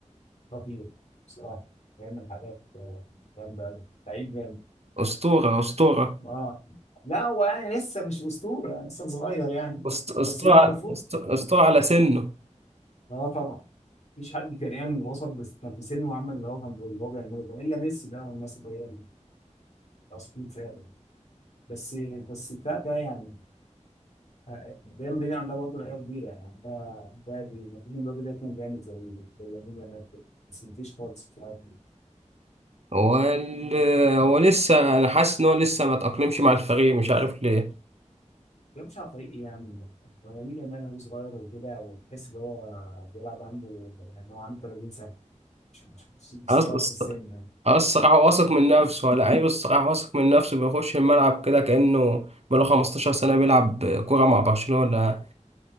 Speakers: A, on the left; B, on the right.
A: خطير بصراحه بيعمل حاجات آه، جامده أوي. لعيب جامد
B: اسطوره اسطوره
A: اه لا هو يعني لسه مش اسطوره يعني لسه صغير يعني
B: أسط- اسطوره
A: بس ما المفروض
B: أسط- اسطوره على سنه
A: اه طبعا مفيش حد كريان وصل بس كان في سنه وعمل اللي هو كان بيقول- اللي هو بيعمله ده الا ميسي ده والناس اللي هي الاصليين فعلا بس بس بتاع ده يعني آه، آه، ريال مدريد عندها برضه لعيبه كبيره يعني ده ده دي مدريد الراجل ده كان جامد زي زي يمين يامال كده. بس مفيش خالص مش عارف
B: هو ال... هو لسه انا حاسس ان هو لسه ما تاقلمش مع الفريق مش عارف ليه
A: بيمشي على طريق ايه يعني هو يمين يامال هو صغير وكده وتحس ان هو بيلعب عنده يعني هو عنده 30 سنه مش مش مش مش
B: أص-
A: صغير في السن يعني
B: اه الصراحة واثق من نفسه لعيب الصراحة واثق من نفسه بيخش الملعب كده كأنه بقاله 15 سنة بيلعب كورة مع برشلونة